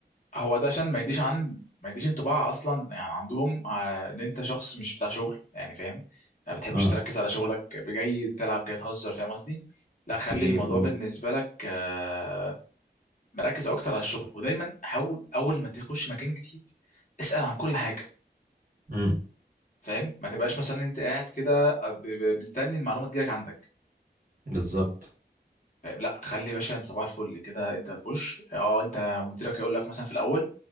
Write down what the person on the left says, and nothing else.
هو ده عشان ما يديش عن ما يديش انطباع اصلا يعني عندهم آه، ان انت شخص مش بتاع شغل يعني فاهم ما بتحبش
تركز على شغلك جاي تلعب جاي تهزر فاهم قصدي لا
خلي الموضوع
بالنسبه لك آه، مركز اكتر على الشغل ودايما حاول اول ما تخش مكان جديد اسال عن كل حاجه
فاهم ما تبقاش مثلا انت قاعد كده آه، ب- ب- مستني المعلومه تجيلك عندك
لا خلي يا باشا انت صباح الفل كده انت تخش اه انت مديرك يقول لك مثلا في الاول